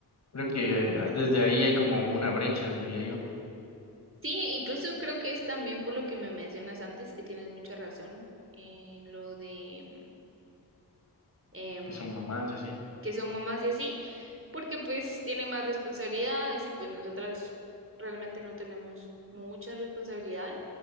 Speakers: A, on the left (about 45°); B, on the right (about 35°).
A: Creo que eh, desde ahí hay como una brecha, diría yo,
B: sí, incluso creo que es también por lo que me mencionas antes, que tienes mucha razón en lo de em,
A: que son mamás y así.
B: que son mamás y así, porque pues tienen más responsabilidades y pues nosotras realmente no tenemos muchas responsabilidades.